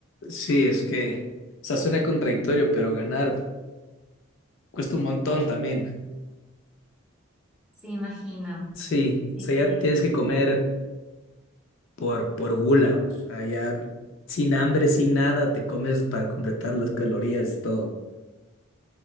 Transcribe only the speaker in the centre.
Sí, imagino.
Sí,
sí,